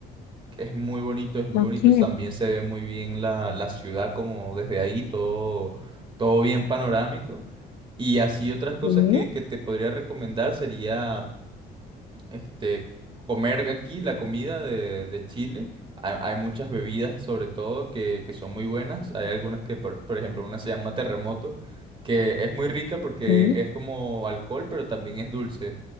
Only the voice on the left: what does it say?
ok,
mm,
mm,